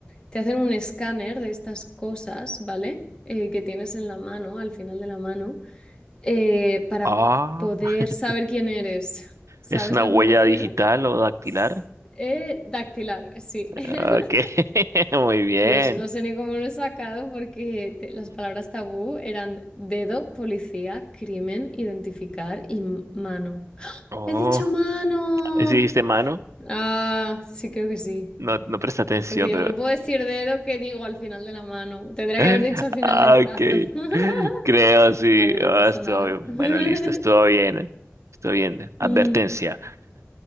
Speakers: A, on the left; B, on the right.
A: te hacen un escáner de estas cosas, ¿vale? Eh, que tienes en la mano, al final de la mano. eh, para
B: Ah,
A: poder
B: <laughs>
A: saber quién eres. ¿Sabes
B: ¿es una
A: a lo
B: huella
A: que me refiero?
B: digital o dactilar?
A: S- eh, dactilar, eh, sí. <laughs>
B: Ah, Ok, <laughs> muy bien.
A: Dios, no sé ni cómo lo he sacado porque te- las palabras tabú eran dedo, policía, crimen, identificar y m- mano.
B: Oh,
A: He dicho mano.
B: ¿sí dijiste mano?
A: Ah, sí, creo que sí.
B: No, no presta atención,
A: Porque digo,
B: pero...
A: no puedo decir dedo que digo al final de la mano. Tendría
B: <laughs>
A: que haber dicho al final
B: Ah,
A: del brazo.
B: Ok,
A: <laughs>
B: creo, sí.
A: Bueno, no
B: Ah,
A: pasa
B: estuvo
A: nada.
B: bien.
A: <laughs>
B: Bueno, listo, estuvo bien. ¿eh? Estuvo bien. Advertencia.
A: Mm,